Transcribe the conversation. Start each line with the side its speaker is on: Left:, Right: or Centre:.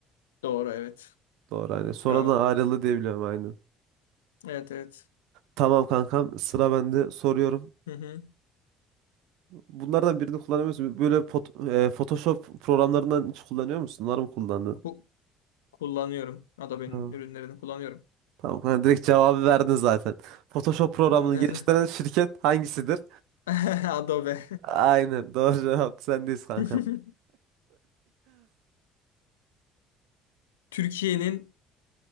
Left: Doğru, evet.
Right: Doğru aynen. Sonradan
Left: Bravo.
Right: ayrıldı diye biliyorum aynen.
Left: Evet, evet.
Right: Tamam kankam sıra bende soruyorum.
Left: Hı hı.
Right: Bunlardan birini kullanıyor musun? Böyle pot- e, Photoshop programlarından hiç kullanıyor musun? Onları mı kullandın?
Left: Ku- kullanıyorum. Adobe'nin
Right: Ha,
Left: ürünlerini kullanıyorum.
Right: Tamam. Ha, direkt cevabı verdin zaten. Photoshop programını
Left: Nasıl?
Right: geliştiren şirket hangisidir?
Left: <laughs> Adobe.
Right: Aynen. Doğru cevap. Sendeyiz kankam.
Left: <laughs> Türkiye'nin